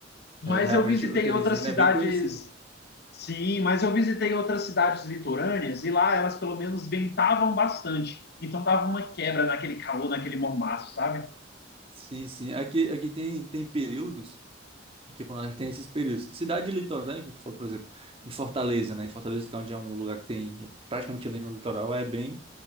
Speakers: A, on the left; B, on the right.
A: Mas
B: é, realmente
A: eu visitei
B: o Teresina
A: outras cidades,
B: é bem conhecido.
A: sim, mas eu visitei outras cidades litorâneas e lá elas pelo menos ventavam bastante. Então dava uma quebra naquele calor, naquele mormaço, sabe?
B: Sim, sim. Aqui, aqui tem, tem períodos, aqui pelo menos tem esses períodos. Cidade litorânea, como tu falou, por exemplo, em Fortaleza, né? Em Fortaleza, que é onde é um lugar que tem praticamente ali no litoral, é bem